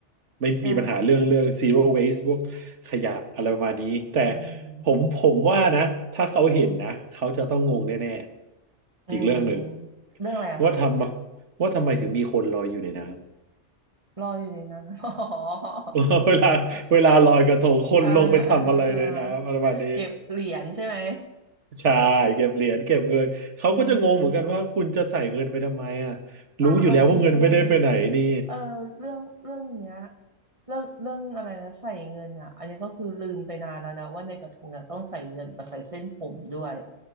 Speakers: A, on the right (about 65°); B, on the right (about 25°).
A: ไม่มีปัญหาเรื่องเรื่อง
B: ใช่
A: zero waste พวกขยะอะไรประมาณนี้แต่
B: อืม
A: ผมผมว่านะถ้าเขาเห็นนะเขาจะต้องงงแน่ๆอีกเรื่องหนึ่ง
B: อืมเรื่องอะไรอะคะ
A: ว่าทำว่าทำไมถึงมีคนลอยอยู่ในน้
B: รออยู่ในนั้น <laughs> อ๋อ
A: ำ <laughs> เวลาเวลาลอยกระทงคนลงไปทำอะไรในน้ำอะไรประมาณนี้
B: อ่าอ่าอ่าเก็บเหรียญใช่ไหม
A: ใช่เก็บเหรียญเก็บเงินเขาก็จะงงเหมือนกันว่าคุณจะใส่เงินไปทำไมอ่ะ
B: อืมอ่าเอาจริง
A: รู้อยู่แล้วว่าเงินไม่ได้ไปไหนนี่
B: ๆเออเรื่องเรื่องเนี้ยเรื่องเรื่องอะไรนะใส่เงินอ่ะอันนี้ก็คือลืมไปนานแล้วนะว่าในกระทงอ่ะต้องใส่เงินกับใส่เส้นผมด้วย